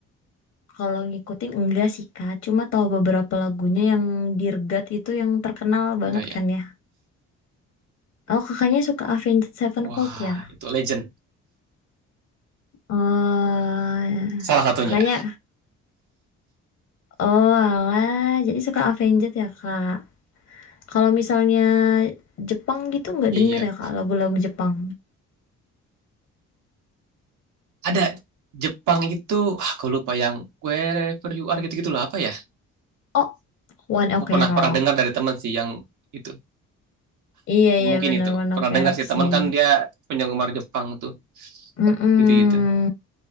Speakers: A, on the left; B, on the right.
A: kalau ngikutin enggak sih Kak, cuma tahu beberapa lagunya yang Dirgat itu yang terkenal banget
B: Nggak ya?
A: kan ya. Oh kakaknya suka Avenged Sevenfold
B: Wah,
A: ya?
B: itu legend.
A: Oh,
B: Salah satunya.
A: kakaknya, oh alah, jadi suka Avenged ya kak. Kalau misalnya Jepang gitu nggak
B: Iya.
A: denger ya kak lagu-lagu Jepang.
B: Ada Jepang itu, ah, aku lupa yang wherever you are gitu-gitu lah apa ya?
A: Oh, One
B: Aku
A: Ok
B: pernah
A: Rock.
B: pernah dengar dari teman sih yang itu.
A: Iya iya
B: Mungkin
A: bener
B: itu.
A: One
B: Pernah
A: Ok
B: dengar
A: Rock
B: sih
A: sih.
B: teman kan dia penggemar Jepang tuh
A: Mm-mm.
B: gitu-gitu.